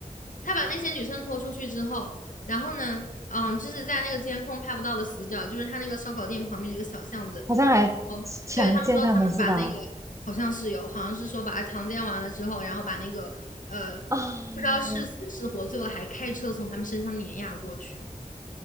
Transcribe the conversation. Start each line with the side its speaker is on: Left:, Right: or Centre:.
Left: 他把那些女生拖出去之后，然后呢，嗯，就是在那个监控拍不到的死角，就是他那个烧烤店旁边的一个小巷子。
Right: 好像还
Left: 哦，
Right: 强奸他们是吧？
Left: 对，他们说他们把那个好像是有，好像是说把他强奸完了之后，然后把那个呃
Right: 啊、
Left: 不知道是死是活，最后还开车从他们身上碾压过去。